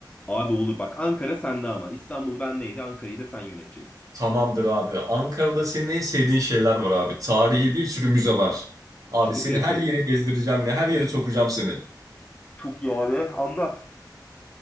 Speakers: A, on the left; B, on the right.
A: Abi olur bak Ankara sende ama. İstanbul bendeydi Ankara'yı da sen yöneteceksin.
B: Tamamdır abi. Ankara'da senin en sevdiğin şeyler var abi. Tarihi bir sürü müze var. Abi
A: Şaka
B: seni
A: yapıyorsun.
B: her yere gezdireceğim ya. Her yere sokacağım seni.
A: Çok iyi abi anlat.